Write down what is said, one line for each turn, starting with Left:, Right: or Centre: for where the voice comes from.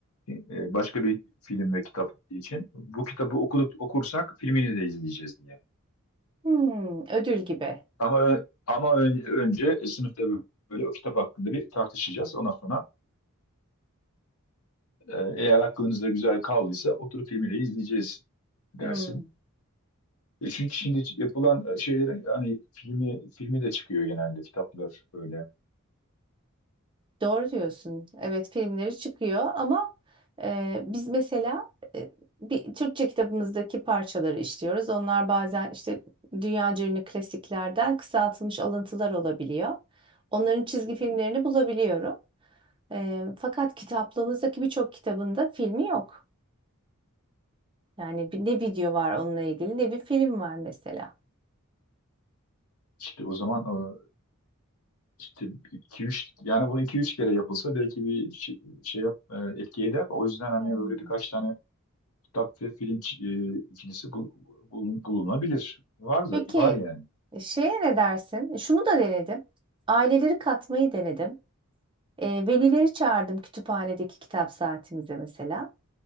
Left: e, e, başka bir film ve kitap için. Bu kitabı okuduk, okursak filmini de izleyeceğiz diye.
Right: Hmm, ödül gibi.
Left: Ama ö- ama ön- önce sınıfta böyle o kitap hakkında bir tartışacağız. Ondan sonra Ee, Eğer aklınızda güzel kaldıysa oturup filmiyle izleyeceğiz dersin.
Right: Hmm,
Left: E çünkü şimdi yapılan e, şeylerin hani filmi filmi de çıkıyor genelde kitaplar böyle.
Right: doğru diyorsun. Evet filmleri çıkıyor ama e, biz mesela e, bir Türkçe kitabımızdaki parçaları işliyoruz. Onlar bazen işte dünyaca ünlü klasiklerden kısaltılmış alıntılar olabiliyor. Onların çizgi filmlerini bulabiliyorum. E, fakat kitaplığımızdaki birçok kitabında filmi yok. Yani bir- ne video var onunla ilgili ne bir film var mesela.
Left: İşte o zaman e, işte 2-3 yani bunu iki üç kere yapılsa belki bir şey, şey yap, e, etki eder. O yüzden hani
Right: Hmm.
Left: böyle birkaç tane kitap ve film ç- e, ikilisi bu- bulun- bulunabilir. Var da
Right: Peki
Left: var yani.
Right: e, şeye ne dersin? E, Şunu da denedim. Aileleri katmayı denedim. E, velileri çağırdım kütüphanedeki kitap saatimize mesela.